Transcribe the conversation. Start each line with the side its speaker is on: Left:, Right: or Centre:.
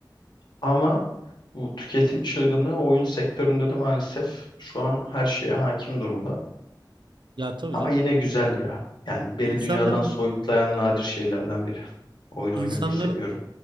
Left: Ama bu tüketim çılgınlığı oyun sektöründe de maalesef şu an her şeye hakim durumda.
Right: Ya tabii
Left: Ama
Right: canım.
Left: yine güzel
Right: İn-
Left: ya. Yani beni
Right: insanların
Left: dünyadan soyutlayan nadir şeylerden biri. Oyun
Right: insanların
Left: oynamayı seviyorum.